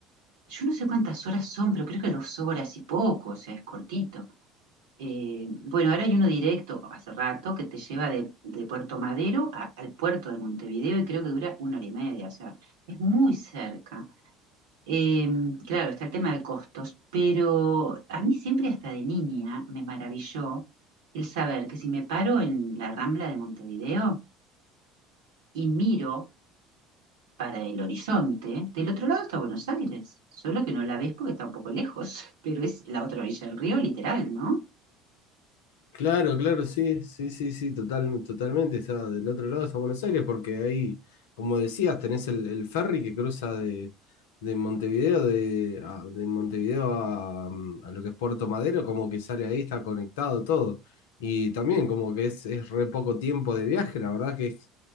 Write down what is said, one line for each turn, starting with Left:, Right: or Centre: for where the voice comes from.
Right: yo no sé cuántas horas son, pero creo que dos horas y poco, o sea, es cortito. Eh, bueno, ahora hay uno directo hace rato que te lleva de, de Puerto Madero a- al puerto de Montevideo y creo que dura una hora y media, o sea, es muy cerca. Eh, claro, está el tema de costos, pero a mí siempre hasta de niña me maravilló el saber que si me paro en la Rambla de Montevideo y miro para el horizonte, del otro lado está Buenos Aires, solo que no la ves porque está un poco lejos, <laughs> pero es la otra orilla del río, literal, ¿no?
Left: Claro, claro, sí, sí, sí, sí, total, totalmente. Está del otro lado, está Buenos Aires, porque ahí, como decías, tenés el, el ferry que cruza de, de Montevideo, de, a- de Montevideo a, mm, a lo que es Puerto Madero, como que sale ahí, está conectado todo. Y también como que es, es re poco tiempo de viaje, la verdad que es,